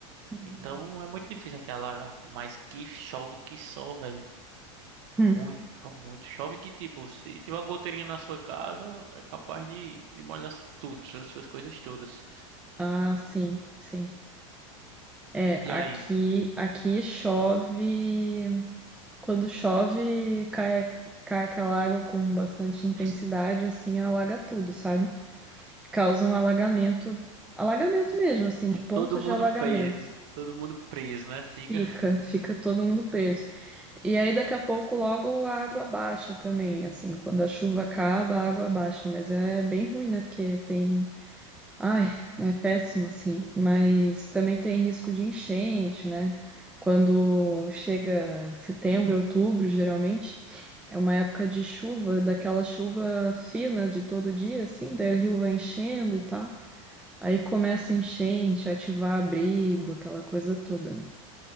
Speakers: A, in the centre; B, on the right (about 60°).
A: Uhum.
B: Então é muito difícil aqui alagar. Mas que chove que só, velho.
A: Hum.
B: Muito, chove muito. Chove que, tipo, se tiver uma goteirinha na sua casa, é capaz de, de molhar tudo, as suas coisas todas.
A: Ah, sim, sim. É,
B: E
A: aqui,
B: aí?
A: aqui chove. Quando chove, cai, cai aquela água com bastante intensidade,
B: <clears throat>
A: assim, alaga tudo, sabe? causa um alagamento, alagamento mesmo, assim, de pontos
B: Todo mundo
A: de alagamento.
B: preso. Todo mundo preso, né? Fica.
A: Fica, fica todo mundo preso. E aí daqui a pouco logo a água baixa também, assim, quando a chuva acaba, a água baixa, mas é bem ruim, né? Porque tem, ai, é péssimo assim, mas também tem risco de enchente, né? Quando chega setembro, outubro, geralmente é uma época de chuva, daquela chuva fina de todo dia, assim, daí o rio vai enchendo e tal. Aí começa a enchente, ativar abrigo, aquela coisa toda, né?